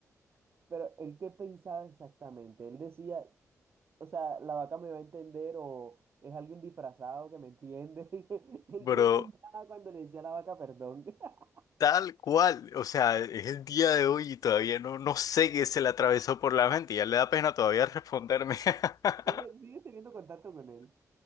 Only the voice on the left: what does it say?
Pero
tal cual. O sea, es el día de hoy y todavía no, no sé qué se le atravesó por la mente. Ya le da pena todavía responderme. <laughs>